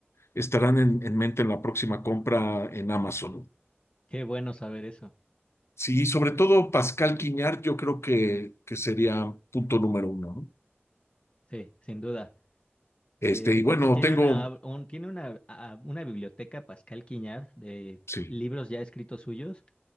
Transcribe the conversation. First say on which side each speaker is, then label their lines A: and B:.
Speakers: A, on the left; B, on the left.
A: estarán en, en mente en la próxima compra en Amazon.
B: Qué bueno saber eso.
A: Sí, sobre todo Pascal Quiñar, yo creo que, que sería punto número uno, ¿no?
B: Sí, sin duda.
A: Este,
B: Eh,
A: y bueno,
B: eh, y tiene
A: tengo,
B: una, un- tiene una, a- una biblioteca Pascal Quiñard de
A: sí.
B: libros ya escritos suyos